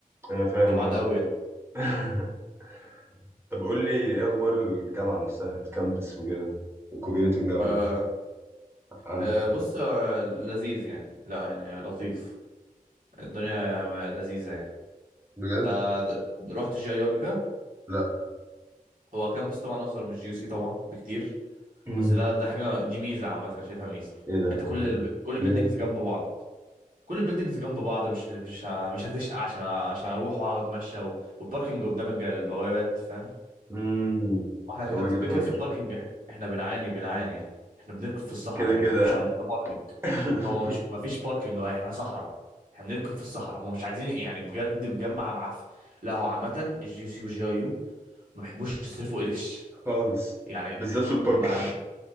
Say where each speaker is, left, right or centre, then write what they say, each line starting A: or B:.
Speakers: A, on the right; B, on the right.
A: انا فاهم
B: انتوا بعاد
A: اه
B: قوي
A: <laughs> طب قول لي ايه اخبار الجامعه نفسها الكامبس وكده وكوميونتي الجامعه
B: آه،
A: عندك
B: آه، بص آه، لذيذ يعني لا يعني لطيف الدنيا لذيذة يعني
A: بجد
B: انت د- رحت الجي اي قبل كده
A: لا
B: هو كامبس طبعا اصغر من الجي سي طبعا بكتير
A: امم
B: بس ده ده حاجة دي ميزة عامة انا شايفها ميزة
A: ايه ده
B: انت كل ال... كل البيلدينجز
A: ليه
B: جنب بعض كل البيلدينجز جنب بعض مش مش ه- مش هتشقى عشان عشان اروح واقعد اتمشى و... والباركنج قدام الج- البوابات فاهم
A: امم
B: احنا عشان
A: وجهه
B: كده كده
A: نظر
B: في الباركنج إح- احنا بنعاني بنعاني يعني احنا بنركن في الصحراء
A: كده
B: يعني
A: كده
B: هم مش
A: ها؟
B: عاملين لنا باركنج
A: <laughs>
B: هم مش ما فيش باركنج هو احنا صحراء احنا بنركن في الصحراء هم مش عايزين يعني بجد الجامعة معفن لا هو عامة الجي يو سي والجي اي يو ما بيحبوش يصرفوا قرش
A: خالص
B: يعني
A: بالذات في البارك
B: ما